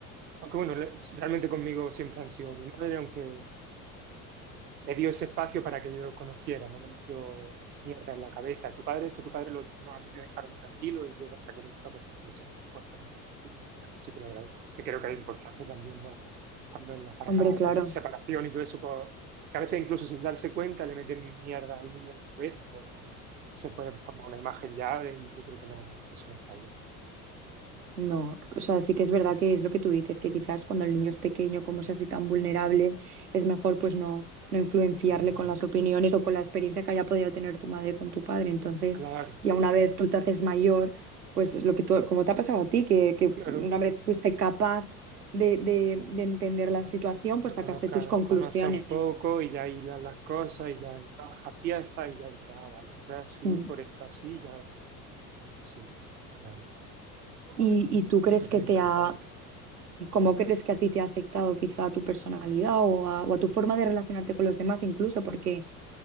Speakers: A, on the right; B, on the right.
A: Aunque bueno, le- realmente conmigo siempre han sido mi madre, aunque me dio ese espacio para que yo lo conociera, no me metió mierda en la cabeza. Tu padre esto, tu padre lo otro. No, a mí me dejaron tranquilo y yo me saqué mis propias conclusiones después cuando lo conocí. Así que lo agradezco, que creo que es importante también, ¿no? Cuando en las parejas
B: Hombre, claro.
A: hay separación y todo eso, pues, que a veces incluso sin darse cuenta le meten mierda al niño en la cabeza, pues, se puede formar una imagen ya de- y yo creo que no, que eso no está bien.
B: No, o sea, sí que es verdad que es lo que tú dices, que quizás cuando el niño es pequeño, como es así tan vulnerable, es mejor pues no, no influenciarle
A: Claro,
B: con las opiniones o con la experiencia que haya podido tener tu madre con tu padre. Entonces,
A: claro,
B: ya una vez tú te haces mayor, pues es lo que tú, como te ha pasado a ti, que, que
A: claro.
B: una vez fuiste capaz de, de, de entender la situación, pues
A: la
B: sacaste
A: conozcas,
B: tus conclusiones.
A: conoces un poco y ya hilas las cosas y ya encajas piezas y ya dices, ah, vale, esto es así,
B: Mm.
A: por esto así, ya. Sí, claro,
B: ¿Y, y tú crees
A: creo que
B: que
A: es
B: te
A: importante.
B: ha, cómo crees que a ti te ha afectado quizá a tu personalidad o a, o a tu forma de relacionarte con los demás incluso? Porque